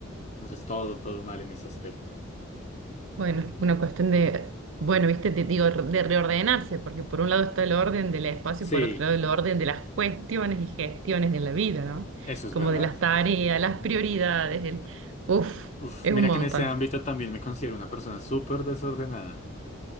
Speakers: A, on the left; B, on the right.
A: Entonces todo, todo mal en ese aspecto.
B: Bueno, una cuestión de, bueno, viste, te digo, de reordenarse, porque por un lado está el orden del espacio
A: Sí,
B: y por otro lado el orden de las cuestiones y gestiones de la vida, ¿no?
A: eso es
B: Como
A: verdad.
B: de las tareas, las prioridades, el, uf,
A: Uf,
B: es
A: mira
B: un montón.
A: que en ese ámbito también me considero una persona súper desordenada.